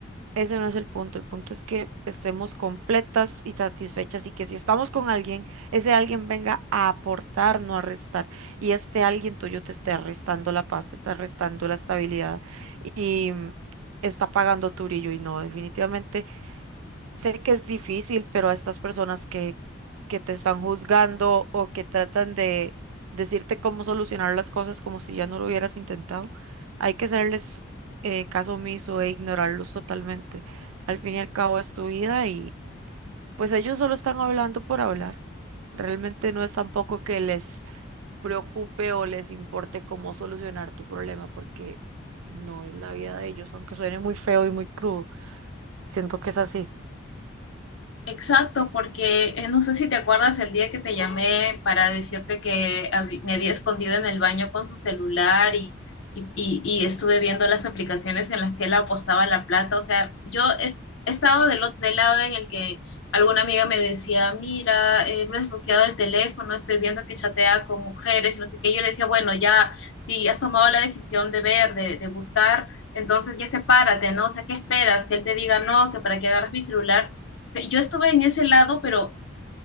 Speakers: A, on the right; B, on the left.
A: Ese no es el punto, el punto es que estemos completas y satisfechas y que si estamos con alguien, ese alguien venga a aportar, no a restar. Y este alguien tuyo te esté restando la paz, te está restando la estabilidad y está pagando tu brillo. Y no, definitivamente. Sé que es difícil, pero a estas personas que, que te están juzgando o que tratan de decirte cómo solucionar las cosas como si ya no lo hubieras intentado, hay que hacerles eh, caso omiso e ignorarlos totalmente. Al fin y al cabo es tu vida y pues ellos solo están hablando por hablar. Realmente no es tampoco que les preocupe o les importe cómo solucionar tu problema porque no es la vida de ellos, aunque suene muy feo y muy crudo. Siento que es así.
B: Exacto, porque eh, no sé si te acuerdas el día que te llamé para decirte que habi- me había escondido en el baño con su celular y, y, y- y estuve viendo las aplicaciones en las que él apostaba la plata. O sea, yo he, he estado del, ot- del lado en el que alguna amiga me decía, mira, eh, me has bloqueado el teléfono, estoy viendo que chatea con mujeres y no sé qué. Yo le decía, bueno, ya, si has tomado la decisión de ver, de, de buscar, entonces ya sepárate, ¿no? O sea, ¿qué esperas? Que él te diga, no, que para qué agarras mi celular yo estuve en ese lado, pero